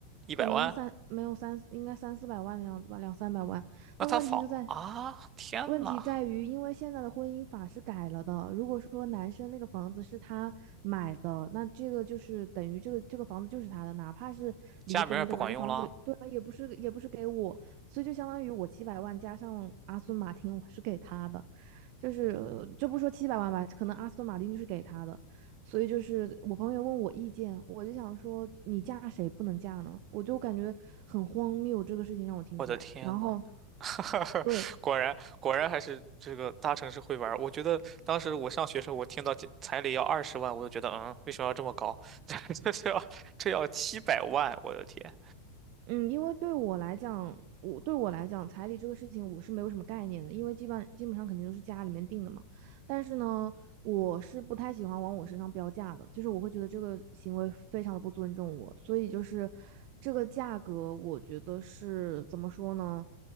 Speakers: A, on the right (about 30°); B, on the right (about 45°).
A: 一百万？
B: 可能三没有三，应该三四百万的样子吧，两三百万。
A: 那他仿啊！
B: 但问题就在，
A: 天呐，
B: 问题在于，因为现在的婚姻法是改了的。如果说男生那个房子是他买的，那这个就是等于这个这个房子就是他的，哪怕是离婚，
A: 加名儿也不管用了。
B: 对吧？这房子也对吧，也不是也不是给我，所以就相当于我七百万加上阿斯顿马丁，我是给他的。就是呃就不说七百万吧，可能阿斯顿马丁就是给他的，所以就是我朋友问我意见，我就想说你嫁谁不能嫁呢？我就感觉很荒谬，这个事情让我听起来。
A: 我的天呐，
B: 然后，
A: <laughs>
B: 对，
A: 果然果然还是这个大城市会玩儿我觉得当时我上学时候，我听到这彩礼要二十万，我就觉得嗯，为什么要这么高？<laughs> 这这要这要七百万，我的天！
B: 嗯，因为对我来讲，我对我来讲，彩礼这个事情我是没有什么概念的，因为基本基本上肯定都是家里面定的嘛。但是呢，我是不太喜欢往我身上标价的，就是我会觉得这个行为非常的不尊重我，所以就是这个价格，我觉得是怎么说呢，